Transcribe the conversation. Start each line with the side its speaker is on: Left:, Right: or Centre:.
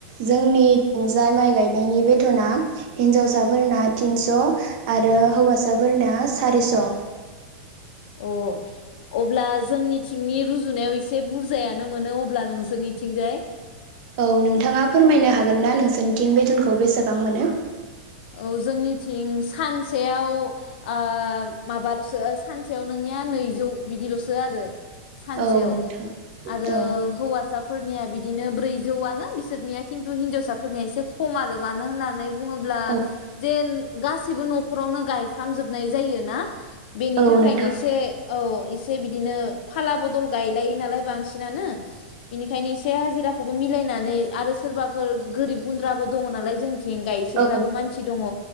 Right: जोंनि थिंजा माइ गायनायनि बेथना हिन्जावसाफोरना थिनस' आरो हौवासा साफोरना सारिस' ।
Left: अ अब्ला जोंनिथिंनि रुजु जुनायाव एसे बुरजायानो मोनो अब्ला नोंसिनिथिंजाय
Right: औ नोंथाङा फोरमायनो हागोन ना नोंसिनिथिं बेथनखौ बेसेबां मोनो?
Left: औ जोंनिथिं सानसेयाव ओ माबाल'सो सानसेयाव नोंनिया नैजौ बिदिल'सो आरो सानसेयाव
Right: औ नोंथां
Left: आरो
Right: औ
Left: हौवासा फोरनिया बिदिनो ब्रैजौआनो बिसोरनिया किन्थु हिनजावसाफोरनिया एसे खम आरो मानो होननानै बुङोब्ला
Right: औ
Left: जेन गासैबो नखरावनो गायफ्रामजोबनाय जायो ना बेनि
Right: औ
Left: थाखायनो
Right: नोंथां
Left: एसे औ एसे बिदिनो फाला बदल गायलायो नालाय बांसिनानो बिनिखायनो एसे हाजिराखौबो मिलायना नै आरो सोरबाफोर गोरिब गुन्द्राबो दङ नालाय जों थिं गायसोग्राबो
Right: औ
Left: मान दङ